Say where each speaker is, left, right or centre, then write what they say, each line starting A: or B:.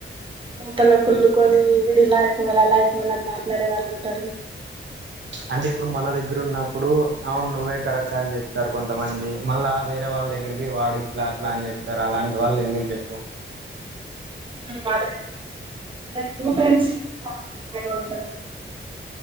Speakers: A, on the right (about 25°); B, on the right (about 65°).
A: లోపల్లో కుళ్లుకొని వడు ఇలా అయిపోవాలి అలా అయిపోవాల అని మాట్లాడే వాళ్ళు ఉంటారు
B: అంటే ఇప్పుడు మన దగ్గర ఉన్నప్పుడు అవును నువ్వే కరెక్ట్ా అని చెప్తారు కొంతమంది మళ్ళా వేరే వాళ్ళ దగ్గర వాడు ఇట్లా అట్లా అని చెప్తారు అలాంటి వాళ్ళు ఎందుకు చెప్పు
A: మాదయితేజ ఫ్రెంస్ ఫలీ ఉంట